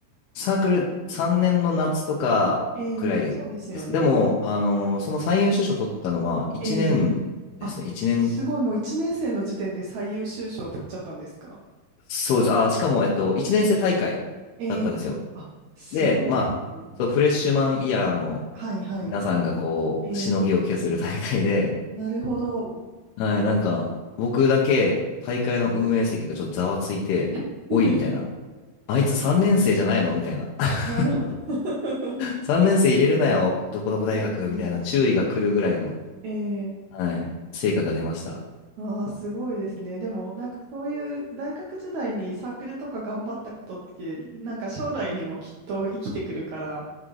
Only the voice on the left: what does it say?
サークル3年の夏とかくらいです。
でも、あの、その最優秀賞取ったのは1年ですね。
年、
そうです。あ、しかも、
えっと、1年生大会だったんですよ。
で、まあ、そう、フレッシュマンイヤーの
皆さんがこう、
しのぎを削る大会で、
はい、なんか、僕だけ大会の運営席がちょっとざわついて、
おい、みたいな。あいつ3年生じゃないのみたいな。<laughs>
3年生入れるなよ、どこどこ大学みたいな注意が来るぐらいの。
はい。成果が出ました。